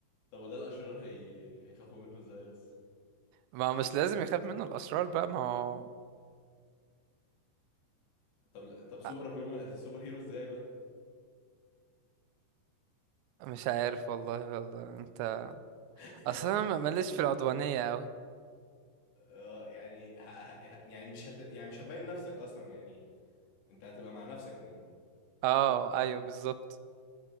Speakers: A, on the left; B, on the right.
A: طب وده الاشرار هي... هيخافوا منه ازاي اصلا
B: ما مش لازم يخاف منه الأشرار بقى ما هو
A: طب طب سوبر
B: آه،
A: هيرو سوبر هيرو ازاي بقى
B: مش عارف والله والله انت
A: <laughs>
B: اصلا أنا ماليش في العدوانية قوي
A: اه يعني ه... يعني مش هت... يعني مش هتبين نفسك اصلا يعني انت هتبقى مع نفسك من
B: اه ايوه بالظبط